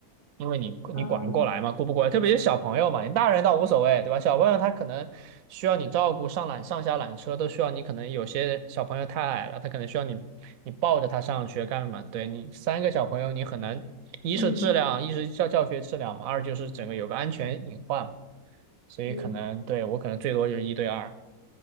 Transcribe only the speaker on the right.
因为你你管不过来嘛，
顾不过来，特别是小朋友嘛，你大人倒无所谓，对吧？小朋友他可能需要你照顾，上缆上下缆车都需要你，可能有些小朋友太矮了，他可能需要你你抱着他上学干嘛？对你三个小朋友，你很难，一是质量，
一是教教学质量嘛，二就是整个有个安全隐患嘛所以可能对我可能最多就是一对二，